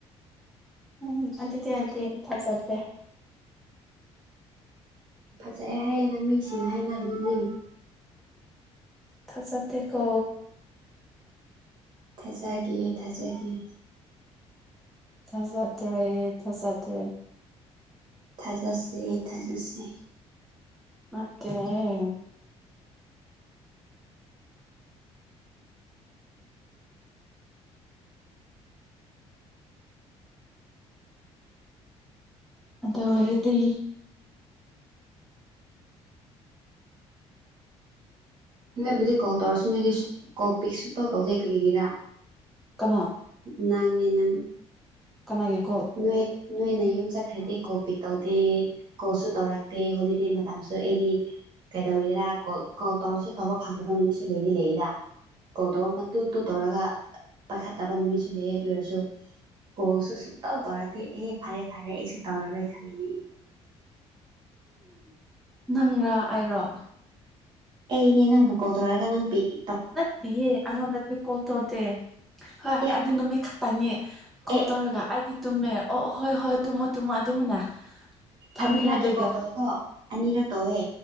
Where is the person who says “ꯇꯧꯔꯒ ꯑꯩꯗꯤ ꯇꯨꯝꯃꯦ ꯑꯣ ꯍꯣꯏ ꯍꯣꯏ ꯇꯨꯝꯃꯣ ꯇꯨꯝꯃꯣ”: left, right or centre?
Centre